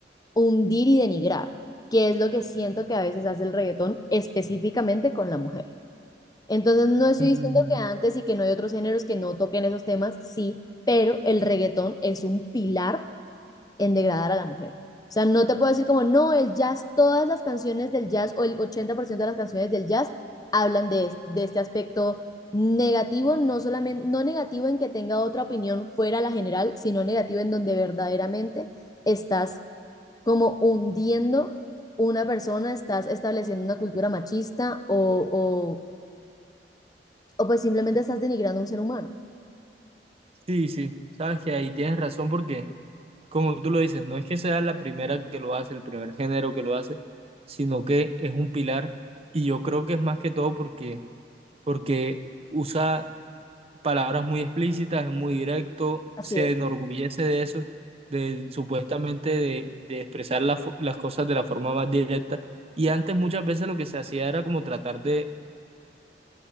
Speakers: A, on the left; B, on the right.
A: hundir y denigrar, que es lo que siento que a veces hace el reggaetón específicamente con la mujer. Entonces, no estoy
B: Mm.
A: diciendo que antes y que no hay otros géneros que no toquen esos temas, sí, pero el reggaetón es un pilar en degradar a la mujer. O sea, no te puedo decir como, no, el jazz, todas las canciones del jazz o el 80% de las canciones del jazz hablan de, de este aspecto negativo, no solamente, no negativo en que tenga otra opinión fuera la general, sino negativo en donde verdaderamente estás como hundiendo una persona, estás estableciendo una cultura machista o, o, o pues simplemente estás denigrando a un ser humano.
B: Sí, sí, sabes que ahí tienes razón porque, como tú lo dices, no es que sea la primera que lo hace, el primer género que lo hace, sino que es un pilar y yo creo que es más que todo porque, porque usa palabras muy explícitas, es muy directo,
A: Así
B: se
A: es.
B: enorgullece de eso, de supuestamente de, de expresar la fo- las cosas de la forma más directa y antes muchas veces lo que se hacía era como tratar de,